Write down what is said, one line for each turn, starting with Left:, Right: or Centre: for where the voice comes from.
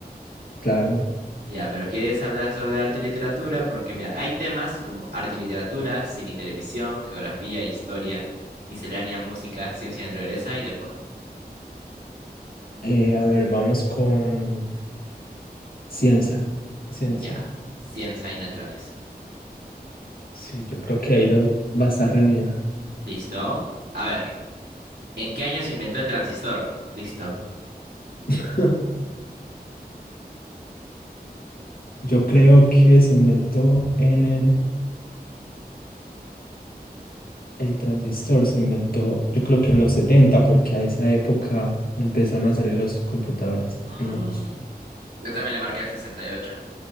Left: claro.
Right: Ya, pero ¿quieres hablar sobre arte y literatura? Porque mira, hay temas como arte y literatura, cine y televisión, geografía, historia, miscelánea, música, ciencia y naturaleza y deporte.
Left: Eh, a ver, vamos con ciencia. Ciencia.
Right: Ya, ciencia y naturaleza.
Left: Sí, yo creo que ahí los va a estar reñida.
Right: ¿Listo? A ver. ¿En qué año se inventó el transistor? Listo.
Left: <laughs> Yo creo que se inventó en el, el transistor, se inventó, yo creo que en los 70 porque a esa época empezaron a salir los computadores.
Right: Mm,
Left: No,
Right: Yo también le marqué el 68.